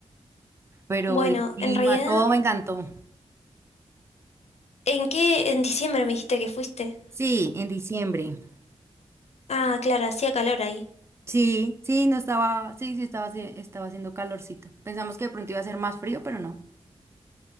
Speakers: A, on the right; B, on the left.
A: pero
B: Bueno,
A: el clima,
B: en realidad,
A: todo me encantó.
B: ¿en qué en diciembre me dijiste que fuiste?
A: Sí, en diciembre.
B: Ah, claro, hacía calor ahí.
A: Sí, sí, no estaba, sí, sí estaba, haci- estaba haciendo calorcito. Pensamos que de pronto iba a ser más frío, pero no.